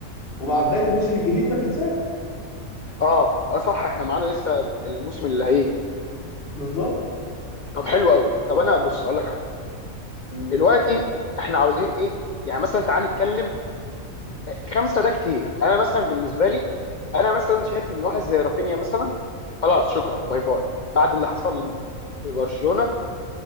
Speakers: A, on the left; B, on the left.
A: ومع بدايه الموسم الجديد ما تنساه
B: اه اه صح احنا معانا لسه الموسم اللي هيجي
A: بالظبط
B: طب حلو قوي طب انا بص هقول لك حاجه
A: م-
B: دلوقتي احنا عاوزين ايه يعني مثلا تعال نتكلم آه، خمسه ده كتير يعني انا مثلا بالنسبه لي انا مثلا شايف ان واحد زي رافينيا مثلا خلاص شكرا باي باي بعد اللي حصل في برشلونه